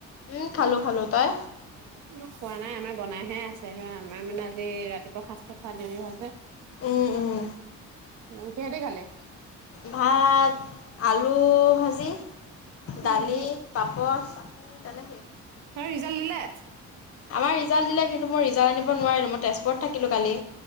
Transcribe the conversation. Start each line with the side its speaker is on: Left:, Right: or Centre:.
Left: উম', খালোঁ- খালোঁ তই
Right: <inaudible> মই খোৱা নাই আমাৰ বনাইহে আছে আমাৰ মানে আজি ৰাতিপুৱা সাজটো খোৱা দেৰি হয় যে
Left: উম, উম,
Right: কি হেদি খালি?
Left: ভাত, আলু, ভাজি,
Right: উম
Left: দালি পাপৰ তেনেকেই।
Right: হয় ৰিজাল্ট দিলে?
Left: আমাৰ ৰিজাল্ট দিলে কিন্তু মোৰ ৰিজাল্ট আনিব নোৱাৰিলো মই তেজপুৰত থাকিলোঁ কালি।